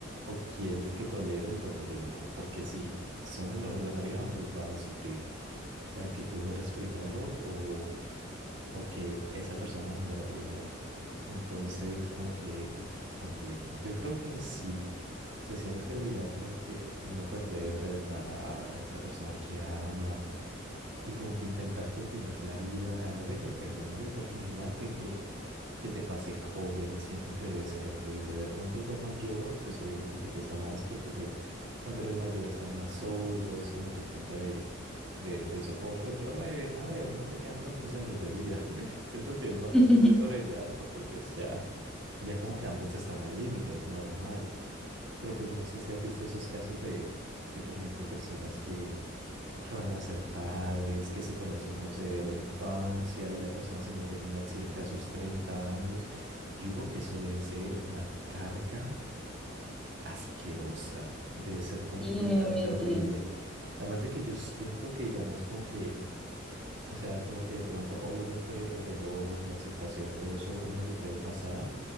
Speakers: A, on the right; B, in the centre.
A: ¿O quieres que tolere el dolor el otro? Porque si son el amor de la vida, ambos van a sufrir. O sea, que tú mueras primero o, o que esa persona muera primero. Entonces, como que, uff, complejo. Yo creo que sí. O sea, siento que la idea como de que uno perder de verdad a, a esa persona que ama y como que intentar continuar la vida, además de que depende, ¿no? Y porque imagínate que, que te pase joven, siento que debe ser horrible. De pronto ya mayor, pues obviamente te pesa más porque pues cuando eres mayor estás más solo, es como tu punto de, de, de soporte, pero eh, a ver, no te quedan tantos años de vida. <laughs> Siento que es más
B: <laughs>
A: fácil de sobrellevar porque pues ya, ya como que ambos están al límite, es normal. Pero pues no sé si has visto esos casos de, de por ejemplo, personas que, que van a ser padres, que se conocen, no sé, de la infancia y la persona se muere en un accidente a sus 30 años. Yo digo que eso debe ser una carga asquerosa, debe ser completamente
B: Sí, no inventes.
A: horrible. Además de que yo siento que, digamos, como que o sea, como que de pronto, obviamente, el dolor, la aceptación, todo eso uno lo puede pasar,